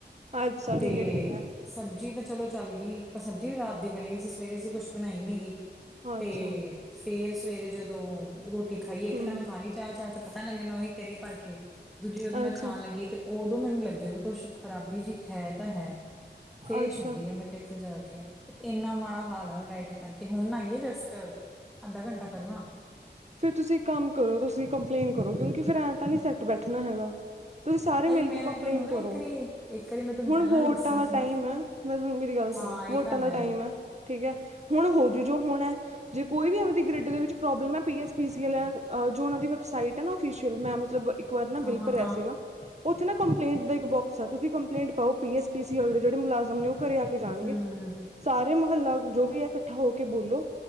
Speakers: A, on the right; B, in the centre.
A: ਅੱਛਾ
B: ਤੇ
A: ਠੀਕ ਹੈ ਠੀਕ ਹੈ
B: ਸਬਜ਼ੀ ਤੇ ਚਲੋ ਚੱਲ ਗੀ, ਪਰ ਸਬਜ਼ੀ ਵੀ ਰਾਤ ਦੀ ਬਣੀ ਹੋਈ ਸੀ, ਸਵੇਰੇ ਅਸੀ ਕੁਸ਼ ਬਣਾਈ ਨੀ ਗੀ।
A: ਅੱਛਾ
B: ਤੇ, ਫੇਰ ਸਵੇਰੇ ਜਦੋ ਰੋਟੀ ਖਾਈ, ਇਕ
A: ਹੂੰ
B: ਤਾਂ ਮੈ ਖਾਲੀ ਚਾ- ਚਾ 'ਚ ਪਤਾ ਨੀ ਲੱਗੇ, ਮੈ ਓਈ ਕੈਅ ਰੀ ਭਰ ਕੇ, ਦੂਜੀ ਜਦੋ ਮੈ
A: ਅੱਛਾ
B: ਖਾਣ ਲੱਗੀ ਤੇ ਓਦੋ ਮੈਨੂੰ ਲੱਗਿਐ ਵੀ ਕੁਸ਼ ਖਰਾਬੀ ਜੀ ਹੈ ਤਾਂ ਹੈ। ਫੇਰ
A: ਅੱਛਾ
B: ਛਡੀ ਐ ਮੈ ਕਿਥ ਜਾ ਕੇ ਤ ਏਨਾ ਮਾੜਾ ਹਾਲ ਐ ਲਾਈਟ ਕਰਕੇ, ਹੁਣ ਆਈਏ ਜਸਟ, ਅੱਧਾ ਘੰਟਾ ਪੈਲਾਂ।
A: ਫੇਰ ਤੁਸੀ ਇ ਕਮ ਕਰੋ, ਤੁਸੀਂ ਕੰਪਲੇਨ ਕਰੋ, ਕਿਉਕਿ ਫਿਰ ਐਂ ਤਾਂ ਨੀਂ ਸੈਟ ਬੈਠਣਾ ਹੈਗਾ। ਤੁਹੀਂ ਸਾਰੇ
B: ਹਾਏ
A: ਮਿਲ
B: ਮੈਂ
A: ਕੇ ਕੰਪਲੇਨ
B: ਤੁਹਾਨੂੰ ਨਾ
A: ਕਰੋ,
B: ਇੱਕ ਵਾਰੀ ਇੱਕ ਵਾਰੀ ਮੈਂ ਤੁਹਾਨੂੰ
A: ਹੁਣ
B: ਪਹਿਲਾਂ
A: ਵੋਟਾਂ
B: ਵੀ ਦੱਸਿਆ
A: ਦਾ
B: ਸੀ ਨਾ
A: ਟਾਈਮ ਐ। ਮੈਂ ਤੁ ਮੇਰੀ ਗੱਲ
B: ਹਾਂ
A: ਸੁਣੋ,
B: ਇਹ
A: ਵੋਟਾ
B: ਤਾਂ
A: ਦਾ
B: ਹੈ
A: ਟਾਈਮ ਐ। ਠੀਕ ਐ, ਹੁਣ ਹੋਜੂ ਜੋ ਹੋਣੈ, ਜੇ ਕੋਈ ਵੀ ਐਵਦੀ ਗਰਿਡ ਦੇ ਵਿੱਚ ਪ੍ਰੋਬਲਮ ਐ ਪੀ ਐਸ ਪੀ ਸੀ ਐਲ ਐ, ਅ ਜੋ ਓਨਾਂ ਦੀ ਵੈਬਸਾਈਟ ਐ ਨਾ ਓਫੀਸ਼ਅਲ, ਮੈਂ ਮਤਲਬ ਇੱਕ ਵਾਰ ਨਾ
B: ਹਾਂ
A: ਬਿਲ
B: ਹਾਂ
A: ਭਰਿਆ
B: ਹਾਂ
A: ਸੀਗਾ ਓਥੇ ਨਾ ਕੰਪਲੇਂਟ ਦਾ ਇੱਕ ਬੋਕਸ ਆ, ਤੁਸੀਂ ਕੰਪਲੇਂਟ ਪਾਓ ਪੀ ਐਸ ਪੀ ਸੀ ਐਲ ਦੇ ਜਿਹੜੇ ਮੁਲਾਜ਼ਮ ਨੇ ਓ ਘਰੇ ਆ ਜਾਨਗੇ
B: ਹੂੰ
A: ਸਾਰੇ ਮੋਹਲਾ ਜੋ ਵੀ ਹੈ ਕੱਠਾ ਹੋਕੇ ਬੋਲੋ,